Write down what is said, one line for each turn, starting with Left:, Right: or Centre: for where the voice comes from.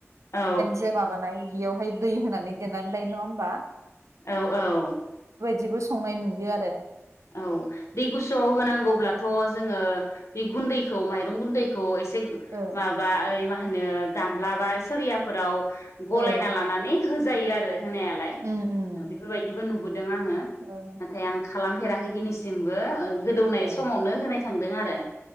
Left: औ
Right: जे माबानाय बेयावहाय दै होनानै देना नै नङा होमबा
Left: औ औ
Right: बो संनाय नुयो आरो
Left: औ दै गुसुआव होनांगौब्लाथ' जोङो बे गुन्दैखौ माइरं गुन्दैखौ ए से
Right: ओ
Left: माबा ओइ मा होनो गामब्ला बा सिरियाफोराव गलायना
Right: औ
Left: लानानै हो जायो आरो होनायालाय
Right: उम उम
Left: बेफोरबायदिबो नु दों आङो
Right: ओ
Left: नाथाय आं खालाम दिनैसिमबो ओं गोदौनाय
Right: ओ
Left: समावनो होनाय थांदों आरो बे